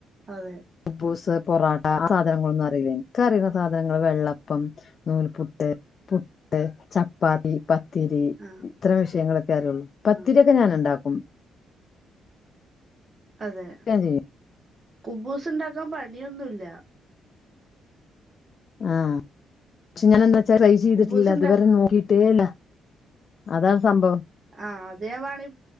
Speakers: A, on the right; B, on the left.
A: അതെ
B: കുബൂസ് പൊറോട്ട സാധനങ്ങളൊന്നും അറിയില്ലനി ഇൻക്കറിയുന്ന സാധനങ്ങൾ വെള്ളപ്പം നൂൽപുട്ട് ട്ട് പുട്ട്, ചപ്പാത്തി പത്തിരി
A: ആ
B: ഇത്രേം വിഷയങ്ങളൊക്കെ അറിയൊള്ളു പത്തിരിയ
A: ആ
B: ഒക്കെ ഞാന് ഇണ്ടാക്കും
A: അതെ
B: ഞാൻ ചെയ്യും
A: കുബൂസ്ണ്ടാക്കാൻ പണിയൊന്നുല്ല.
B: ആ ക്ഷെ ഞാന് എന്താ ട്രൈ ചെയ്തിട്ടില്ല
A: കുബൂസ് ഇണ്ട
B: അതുവരെ നോക്കിട്ടേല്ല അതാണ് സംഭവം.
A: ആ അത് ഞാൻ വണേ